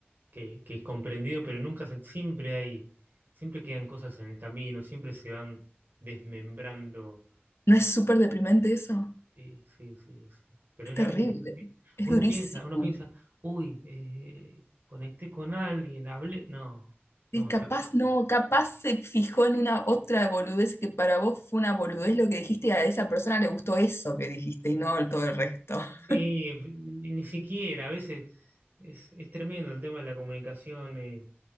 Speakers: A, on the right (about 50°); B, on the left (about 85°).
A: que, que es comprendido, pero nunca se, siempre hay, siempre quedan cosas en el camino, siempre se van desmembrando.
B: ¿No
A: Lo-
B: es súper deprimente eso?
A: Sí, sí, sí, sí. Pero
B: Es
A: es
B: terrible,
A: la vida, es así.
B: es
A: Uno
B: durísimo.
A: piensa, uno piensa, uy, eh, conecté con alguien, hablé. No, no,
B: Y capaz
A: lo-
B: no, capaz se fijó en una otra boludez que para vos fue una boludez lo que dijiste y a esa persona le gustó eso que dijiste y no todo el resto. <laughs>
A: sí, ni, ni siquiera, a veces es, es tremendo el tema de la comunicación. eh,